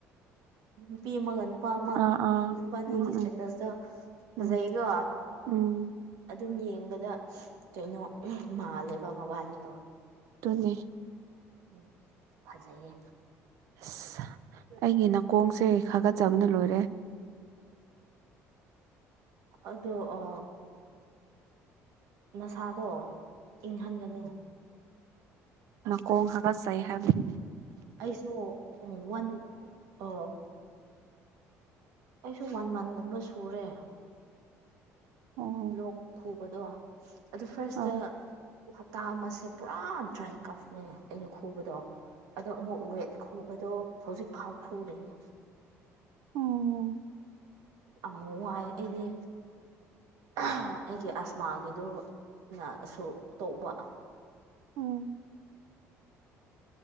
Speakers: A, on the right (about 80°); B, on the right (about 65°).
A: ꯅꯨꯄꯤ ꯑꯃꯒ ꯅꯨꯄꯥ ꯑꯃ
B: ꯑꯥ ꯑꯥ
A: ꯅꯨꯕꯥꯅꯤꯒꯤ
B: ꯎꯝ
A: ꯏꯁꯇꯦꯇꯁꯇ
B: ꯎꯝ
A: ꯐꯖꯩꯀꯣ
B: ꯎꯝ ꯎꯝ
A: ꯑꯗꯨꯝ ꯌꯦꯡꯕꯗ ꯀꯩꯅꯣ ꯃꯥꯜꯂꯦꯕ ꯃꯕꯥꯅꯤꯗꯣ
B: ꯅꯦ
A: ꯎ ꯐꯖꯩꯌ‌ꯩ
B: ꯑꯁ ꯑꯩꯒꯤ ꯅꯥꯀꯣꯡꯁꯦ ꯈꯥꯒꯠꯆꯕꯅ ꯂꯣꯏꯔꯦ
A: ꯑꯗꯣ ꯑ ꯅꯁꯥꯗꯣ ꯏꯪꯍꯟꯒꯅꯨ
B: ꯃꯈꯀꯣꯡ ꯍꯥꯒꯠꯆꯩ ꯍꯥꯏꯕꯅꯤ
A: ꯑꯩꯁꯨꯣ ꯎ ꯋꯥꯟ ꯑ ꯑꯩꯁꯨ ꯋꯥꯟ ꯃꯟꯒꯨꯝꯕ ꯁꯨꯔꯦ
B: ꯑꯣ
A: ꯂꯣꯛ ꯈꯨꯕꯗꯣ ꯑꯗꯨ ꯐꯥꯔꯁꯇ
B: ꯑꯥ
A: ꯍꯞꯇꯥ ꯑꯃꯁꯦ ꯄꯨꯔꯥ ꯗ꯭ꯔꯥꯏ ꯀꯞꯅꯦ ꯑꯩꯅ ꯈꯨꯕꯗꯣ ꯑꯗꯣ ꯑꯃꯨꯛ ꯋꯦꯠ ꯈꯨꯕꯗꯣ ꯍꯧꯖꯤꯛ ꯐꯥꯎ ꯈꯨꯔꯦꯅꯦ
B: ꯑꯣ
A: ꯑꯃꯨ ꯍꯥꯏ ꯑꯩꯗꯤ ꯑꯩꯒꯤ ꯑꯁꯃꯥꯒꯤꯗꯨꯅꯁꯨ ꯇꯧꯕ
B: ꯑꯣ